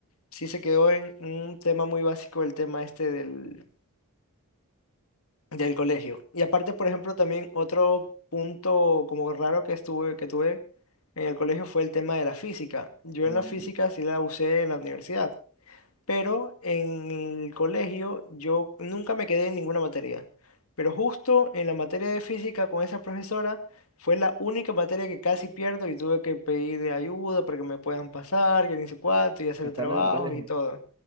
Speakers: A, on the left; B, on the right.
A: sí se quedó en un tema muy básico el tema este del del colegio. Y aparte, por ejemplo, también otro punto como raro que estuve, que tuve en el colegio fue el tema de la física. Yo
B: ya.
A: en la física sí la usé en la universidad, pero en el colegio yo nunca me quedé en ninguna materia. Pero justo en la materia de física con esa profesora fue la única materia que casi pierdo y tuve que pedir de ayuda para que me puedan pasar, que ni sé cuánto, y hacer
B: Estando
A: trabajos
B: en el colegio.
A: y todo.